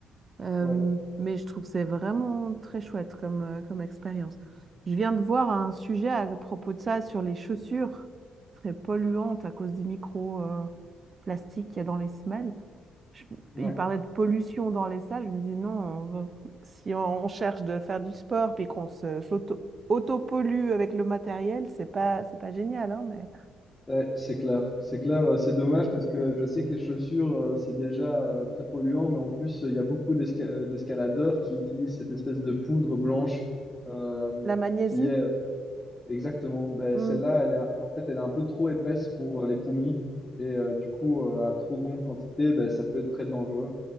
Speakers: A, on the right; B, on the left.
A: Euh,
B: ouais,
A: mais je trouve que c'est vraiment très chouette comme, euh, comme expérience. Je viens de voir un sujet à propos de ça sur les chaussures très polluantes à cause des micro-plastiques qu'il y a dans les semelles. Je-
B: ouais.
A: il parlait de pollution dans les salles. Je me dis non, on- si on cherche de faire du sport puis qu'on se, s'auto, pollue avec le matériel, c'est pas, c'est pas génial, hein, mais
B: Ouais, c'est clair. C'est clair, euh, c'est dommage parce que je sais que les chaussures, euh, c'est déjà euh, très polluant, mais en plus, euh, il y a beaucoup d'esca- euh, d'escaladeurs qui utilisent cette espèce de poudre blanche euh,
A: la magnésie.
B: qui est Exactement. Ben,
A: Hmm.
B: celle-là, elle est, en fait, elle est un peu trop épaisse pour euh, les poumons. Et euh, du coup, euh, à trop grande quantité, ben, ça peut être très dangereux.